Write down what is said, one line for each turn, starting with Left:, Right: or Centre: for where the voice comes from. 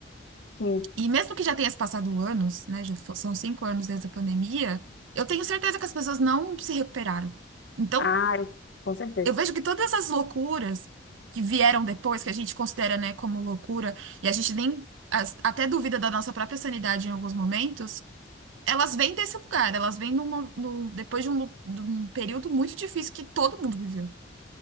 Left: Sim.
Right: E mesmo que já tenha se passado anos, né? Já fo- são cinco anos desde a pandemia, eu tenho certeza que as pessoas não se recuperaram. Então,
Left: Ah, eu, com certeza.
Right: eu vejo que todas essas loucuras que vieram depois, que a gente considera, né, como loucura, e a gente nem as- até duvida da nossa própria sanidade em alguns momentos, elas vêm desse lugar, elas vêm numa- num- depois de um, lu- de um período muito difícil que todo mundo viveu.